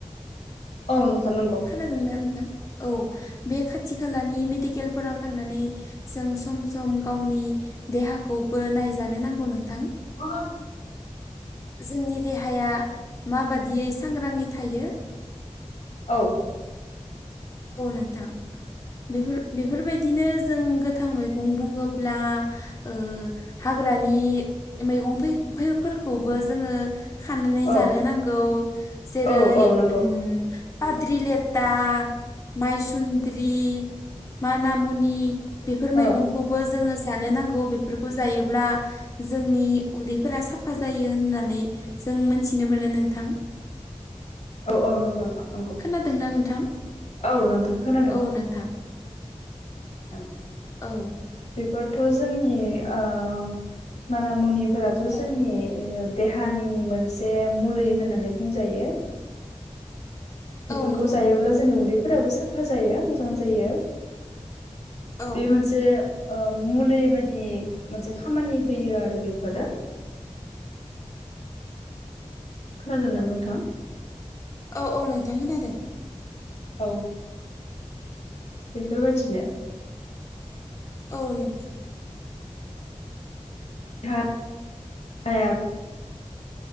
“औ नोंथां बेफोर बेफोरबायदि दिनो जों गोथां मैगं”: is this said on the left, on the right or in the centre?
Left